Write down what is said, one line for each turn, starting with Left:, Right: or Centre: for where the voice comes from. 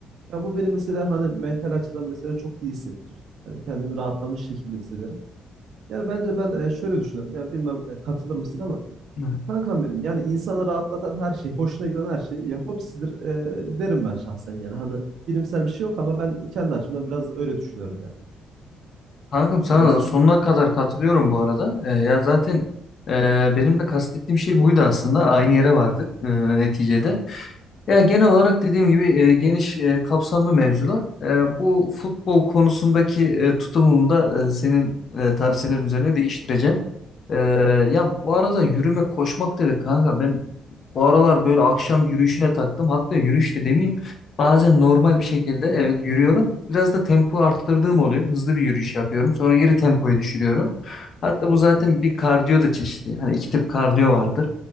Right: Ya bu beni mesela hani mental açıdan mesela çok iyi hissettirir. Yani kendimi rahatlamış şekilde hissederim. Yani bence ben e, şöyle düşünüyorum. Yani bilmem e, katılır mısın ama
Left: Hı.
Right: Kankam benim yani insanı rahatlatan her şey, hoşuna giden her şey ya hobisidir e, derim ben şahsen yani. Hani bilimsel bir şey yok ama ben kendi açımdan biraz öyle düşünüyorum yani.
Left: Kankam sana
Right: Yani sen
Left: da sonuna kadar katılıyorum bu arada. E, ya zaten e, benim de kastettiğim şey buydu aslında. Aynı yere vardık e, neticede. Ya genel olarak dediğim gibi e, geniş e, kapsamlı mevzular. E, bu futbol konusundaki e, tutumumu da e, senin e, tavsiyelerin üzerine değiştireceğim. E, ya bu arada yürüme koşmak dedik kanka. Ben bu aralar böyle akşam yürüyüşüne taktım. Hatta yürüyüş de demeyeyim. Bazen normal bir şekilde evet yürüyorum. Biraz da tempo arttırdığım oluyor. Hızlı bir yürüyüş yapıyorum. Sonra geri tempoyu
Right: Hı hı.
Left: düşürüyorum. Hatta bu
Right: çok
Left: zaten
Right: güzel.
Left: bir kardiyo da çeşidi. Hani iki tip kardiyo vardır.